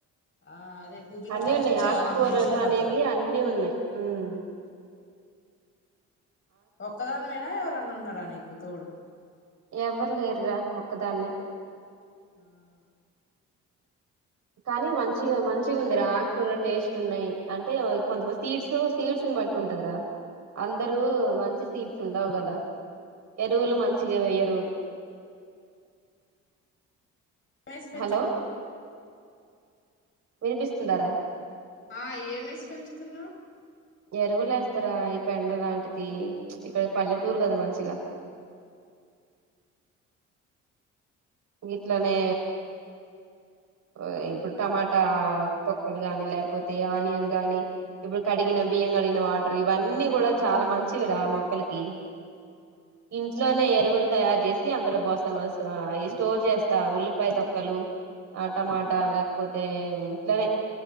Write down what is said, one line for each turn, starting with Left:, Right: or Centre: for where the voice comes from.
Left: ఆ అదే పుదీనా
Right: అన్నీ
Left: పచ్చడి
Right: ఉన్నాయ్
Left: చాలా
Right: ఆక్కూరలు
Left: మంది ఇష్టపడతారు
Right: అనేవి
Left: అక్క
Right: అన్నీ ఉన్నాయ్ హ్మ్
Left: ఒక్కదానివేనా ఎవరన్నా ఉన్నారా నీక్ కు తోడు
Right: ఎవ్వరు లేర్రా ఒక్కదాన్నే
Left: ఆహ్
Right: కానీ మంచిగా మన్ చిగ్ ఉందిరా ఆక్కూర్లు టేస్ట్ ఉన్నాయ్ అంటే వాళ్ కొంత మంద్ సీడ్స్ సీడ్స్ ని బట్టి ఉంటందిరా అందరూ మంచి సీడ్స్ ఉండవు గదా ఎరువులు మంచిగ వేయరు.
Left: వాయిస్ పెంచ్
Right: హలో వినిపిస్తుందార
Left: ఆహ్ ఏంమేస్ పెంచుతున్నావ్
Right: ఎరువుల్ ఎస్తరా ఈ పెండ లాంటితి ఇక్కడ్ పల్లెటూరు గదా మంచిగ వీట్లోనే ఆహ్ ఇప్పుడ్ టమాటా తొక్కలు గాని లేపోతే ఆనియన్ గానీ ఇప్పుడు కడిగిన బియ్యం కడ్గిన వాటర్ ఇవన్ అన్నీ గుడా చాలా మంచివిరా మొక్కలకి ఇంట్లోనే ఎరువుల్ తయార్ జేసి అందులో బోస్ తన్ మస్ ఆహ్ ఆయిస్ స్టోర్ జేస్తా ఉల్లిపాయ్ తొక్కలు ఆహ్ టమాటా లేక్పోతే ఇట్లనే